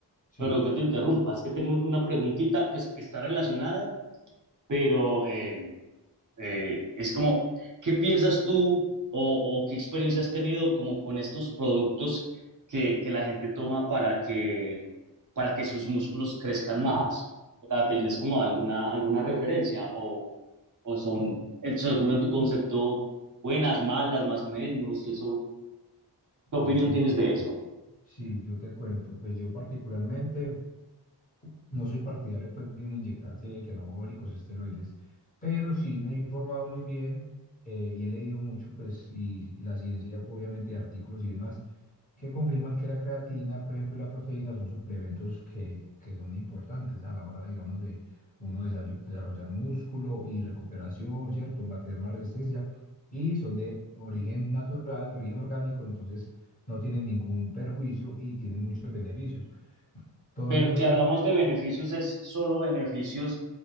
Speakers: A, on the left; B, on the right.
A: Sí.
B: Perdón que te interrumpa, es que tengo una preguntita, pues que está relacionada, pero eh, eh, es como, ¿qué piensas tú o, o qué experiencia has tenido como con estos productos que, que la gente toma para que, para que sus músculos crezcan más? O sea, ¿tienes como alguna, alguna referencia o, o son,
A: Mm. <clears throat>
B: eh, seguro en tu concepto, buenas, malas, más o menos? Eso, ¿qué opinión
A: Pues te
B: tienes
A: cuento.
B: de eso?
A: Sí, yo te cuento. Pues yo particularmente no soy partidario pues, de uno inyectarse que anabólicos, esteroides, pero sí me he informado muy bien eh, y he leído mucho, pues, y, y la ciencia, obviamente, de artículos y demás que confirman que la creatina, por ejemplo, y la proteína son suplementos que, que son importantes a la hora, digamos, de uno desayo- desarrollar músculo y recuperación, ¿cierto? Va a tener más resistencia y son de origen natural, de origen orgánico, entonces no tienen ningún perjuicio y tienen muchos beneficios. Todavía
B: Pero
A: no
B: si
A: lo
B: hablamos
A: empezamos,
B: de beneficios, ¿es solo beneficios